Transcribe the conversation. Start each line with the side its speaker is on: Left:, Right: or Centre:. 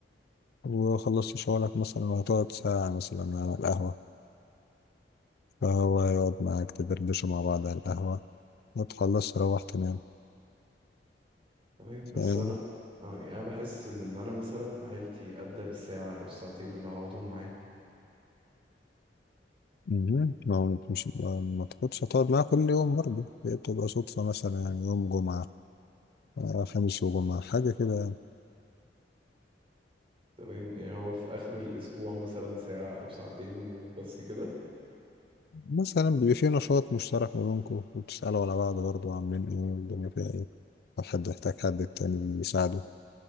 Left: وخلصت شغلك مثلا وهتقعد ساعة مثلا على القهوة فهو يقعد معاك تدردشوا مع بعض على القهوة وتخلص تروح تنام
Right: تمام
Left: فاهم
Right: بس انا انا يعني انا بحس ان انا مثلا عيلتي ابدا بالساعة او الساعتين اللي هقعدهم معاهم
Left: مهم. ما هو أنت مش ما تاخدش هتقعد معاه كل يوم برضه هي بتبقى صدفة مثلا يعني يوم جمعة آه، خميس وجمعة حاجة كده
Right: تمام يعني هو في آخر الأسبوع مثلا ساعة أو ساعتين وبس كده
Left: مثلا بيبقى في نشاط مشترك ما بينكم وبتسألوا على بعض برضه عاملين ايه والدنيا فيها ايه لو حد يحتاج حد التاني بيساعده